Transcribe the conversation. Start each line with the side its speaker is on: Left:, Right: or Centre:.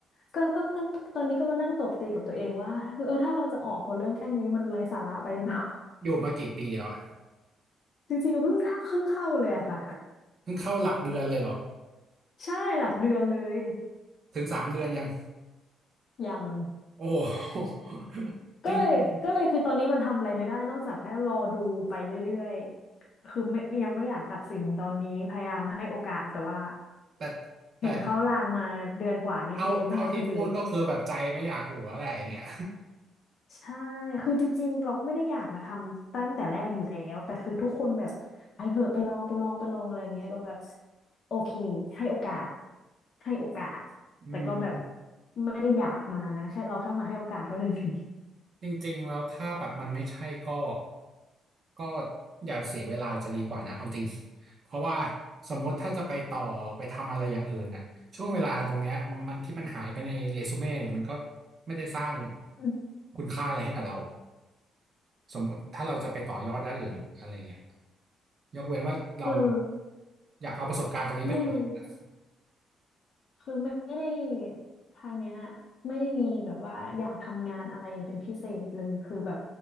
Left: ก็ก็ก็ก็ตอนนี้ก็มานั่งตบตีกับตัวเองว่าเออถ้าเราจะออกคนเรื่องแค่นี้มันไร้สาระไปหรือเปล่า <laughs>
Right: อยู่มากี่ปีแล้วอะ
Left: จริงๆเพิ่งเข้าเพิ่งเข้าเลยอะค่ะ
Right: เพิ่งเข้าหลักเดือนเลยเหรอ
Left: ใช่หลักเดือนเลย
Right: ถึงสามเดือนยัง
Left: ยัง
Right: โอ้โห <laughs>
Left: ก็เลยก็เลยคือตอนนี้มันทำอะไรไม่ได้นอกจากแค่รอดูไปเรื่อยๆคือไม่ยังไม่อยากตัดสินตอนนี้พยายามให้โอกาสแต่ว่า
Right: จริงๆแต่
Left: เห็นเขาลางมาเดือนกว่านี้คือยังไม่แฮปปี้เลย
Right: แต่เท่าเท่าที่พูดก็คือแบบใจไม่อยากอยู่แล้วแหละอย่างเงี้ย
Left: ใช่คือจริงๆเราไม่ได้อยากมาทำตั้งแต่แรกอยู่แล้วแต่คือทุกคนแบบไปเถอะไปลองไปลองไปลองอะไรอย่างเงี้ยก็แบบโอเคให้โอกาสให้โอกาส
Right: อืม
Left: แต่ก็แบบไม่ได้อยากมานะแค่เราแค่มาให้โอกาสเขาเฉย
Right: จริงๆแล้วถ้าแบบมันไม่ใช่ก็ก็อย่าเสียเวลาจะดีกว่านะเอาจริง <laughs> เพราะว่าสมมติถ้าจะไปต่อไปทำอะไรอย่างอื่นน่ะช่วงเวลาตรงเนี้ยมันที่มันหายไปในเรซูเม่เนี่ยมันก็ไม่ได้สร้าง
Left: ๆ
Right: คุณค่าอะไรให้กับเราสมมติถ้าเราจะไปต่อยอดด้านอื่นอะไรเงี้ยยกเว้นว่าเราแบบ
Left: <laughs> คือ
Right: อยากเอาประสบการณ์ตรงนี้ไปต่อยอด
Left: ไม่รู้ คือไม่ไม่ได้ทางเนี้ยไม่ได้มีแบบว่าอยากทำงานอะไรเป็นพิเศษเลยคือแบบ